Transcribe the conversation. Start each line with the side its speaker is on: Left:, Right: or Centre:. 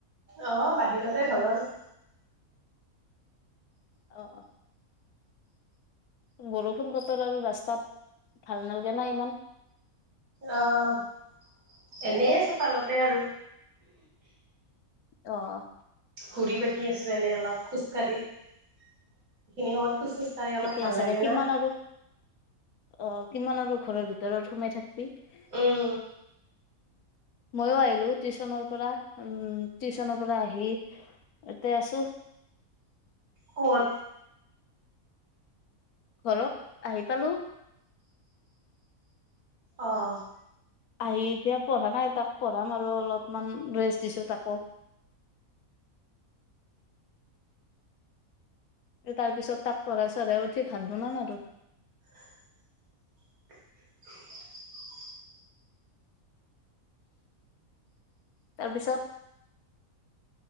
Right: অহ বাহিৰতে ঘৰৰ।
Left: অ', অ'। বৰষুণ বতৰ আৰু ৰাস্তাত ভাল নালাগে নাই ইমান।
Right: অ', এনে চোতালতে আৰু।
Left: অ'।
Right: ঘূৰি পাকি আছোঁ। এনে অলপ খোজকাঢ়ি এইখিনি সময়ত খোজ চোজ কাঢ়ি খোজকাঢ়ি
Left: ঠিকে
Right: অলপ ভাল
Left: আছে
Right: লাগে
Left: দে কিমান
Right: না।
Left: আৰু অ' কিমান আৰু ঘৰৰ ভিতৰত সোমাই থাকিবি।
Right: উম।
Left: <inaudible> মইয়ো আহিলোঁ টিউশ্যন পৰা উম টিউশ্যন পৰা আহি এইয়াতে আছোঁ।
Right: ক'ত?
Left: ঘৰত আহি পালোঁ।
Right: অ'অ'
Left: আহি এতিয়া পঢ়া নাই তাক পঢ়াম আৰু অলপমান ৰেষ্ট দিছোঁ তাকো। তাৰ পিছত তাক পঢ়াই চঢ়াই আৰু উঠি ভাত বনাম আৰু
Right: <unintelligible> <unintelligible>
Left: তাৰপিছত